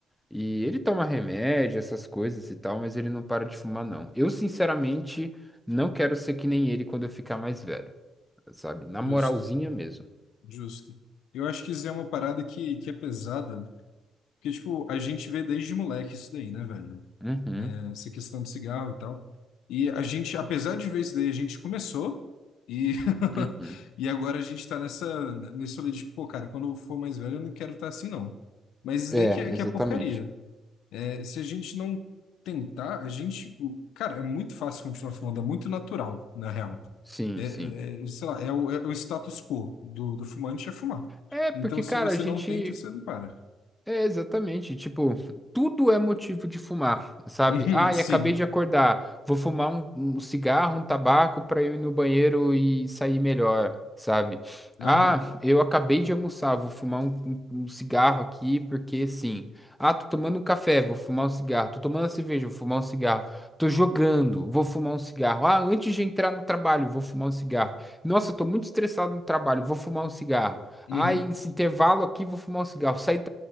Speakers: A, in the centre; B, on the left.
A: E ele toma remédio, essas coisas e tal, mas ele não para de fumar, não. Eu, sinceramente, não quero ser que nem ele quando eu ficar mais velho, sabe? Na
B: Justo,
A: moralzinha mesmo.
B: justo. Eu acho que isso é uma parada que, que é pesada. Porque, tipo, a gente vê desde moleque isso daí, né, velho?
A: Uhum,
B: essa questão do cigarro e tal. E a gente, apesar de ver isso daí, a gente começou e, <laughs>
A: uhum.
B: e agora a gente tá nessa, nesse olho de, pô, cara, quando eu for mais velho eu não quero estar assim, não. Mas isso
A: É,
B: daí que é, que
A: exatamente.
B: é porcaria. É, se a gente não tentar, a gente, tipo, cara, é muito fácil continuar fumando, é muito natural, na real.
A: Sim,
B: É, é,
A: sim.
B: é, sei lá, é o, é o status quo do, do fumante é fumar.
A: É,
B: Então,
A: porque,
B: se
A: cara,
B: você
A: a gente.
B: não tenta, você não para.
A: É, exatamente. Tipo, tudo é motivo de fumar, sabe?
B: <laughs>
A: Ah,
B: Sim.
A: e acabei de acordar. Vou fumar um, um cigarro, um tabaco pra eu ir no banheiro e sair melhor, sabe?
B: Aham.
A: Ah, eu acabei de almoçar. Vou fumar um, um- um cigarro aqui porque sim. Ah, tô tomando um café. Vou fumar um cigarro. Tô tomando uma cerveja. Vou fumar um cigarro. Tô jogando. Vou fumar um cigarro. Ah, antes de entrar no trabalho, vou fumar um cigarro. Nossa, tô muito estressado no trabalho. Vou fumar um cigarro.
B: Uhum.
A: Ah, esse intervalo aqui, vou fumar um cigarro. Saí do